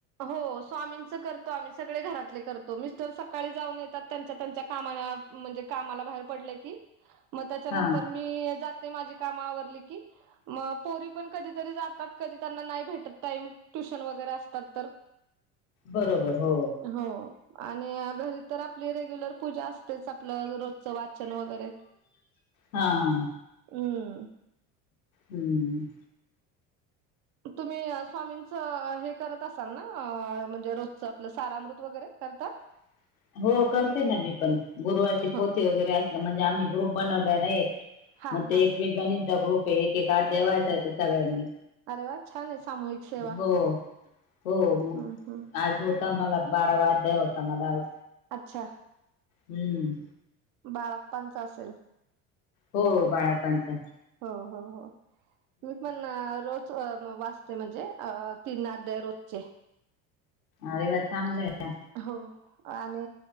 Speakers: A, on the right; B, on the left.
A: हो स्वामींच करतो आम्ही सगळे घरातले करतो, मिस्टर सकाळी जाऊन येतात त्यांच्या, त्यांच्या कामान म्हणजे कामाला बाहेर पडलं की मग त्याच्यानंतर
B: हा
A: मी जाते, माझी काम आवरली की मग पोरी पण कधीतरी जातात, कधी त्यांना नाही भेटत टाईम, ट्युशन वगैरे असतात तर
B: बरोबर हो.
A: हो आणि घरी तर आपली रेग्युलर पूजा अस तेच आपलं रोजच, वाचन वगैरे,
B: हा हा
A: हम्म.
B: हम्म.
A: तुम्ही स्वामींचं हे करत असाल ना, म्हणजे रोजच आपलं सारामृत वगैरे, करता?
B: <unintelligible> हो करते ना मी पण, गुरुवारची
A: हो
B: पोथी वगैरे असते, म्हणजे आम्ही ग्रुप बनवलाय ना एक.
A: हा
B: मग
A: हा
B: ते एकवीस जणींचा ग्रुप आहे, एकेक अध्याय वाचायचा सगळ्यांनी.
A: अरे वा छान आहे सामूहिक सेवा
B: हो हो मग
A: हम्म हम्म
B: आज होत मला बारवा अध्याय होता मला आज.
A: अच्छा!
B: हम्म.
A: बाळाप्पांचा असेल.
B: हो बाळाप्पांचाय.
A: हो हो हो, मी पण रोज वाचते म्हणजे अ तीन अध्याय रोजचे.
B: अरे वा! चांगल आहे.
A: हो. आणि